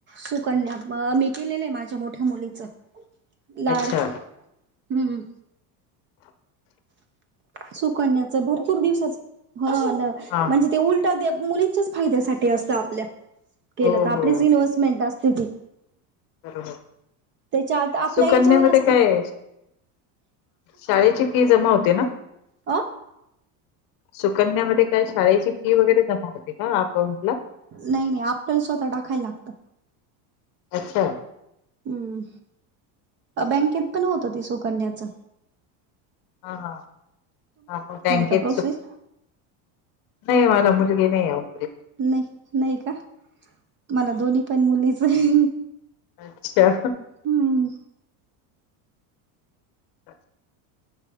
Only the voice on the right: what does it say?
सुकन्य. मी केलेलं आहे. माझ्या मोठ्या मुलीचं. लाड
हम्म,
सुकण्याच भरपूर दिवसाच हा
म्हणजे ते उल मुलींच्याच फायद्यासाठी असत आपल्या, केलं
तर आपलीच
इन्व्हेस्टमेंट असते ती.
त्याच्या आता आपल्या
याच्यावर असत
आ
नाही नाही आपण स्वतः टाकायला लागत.
हम्म, बँकेत पण होत ते सुकण्याच.
का प्रोसेस
नाही नाही का मला दोन्ही पण मुलीच आहे.
हम्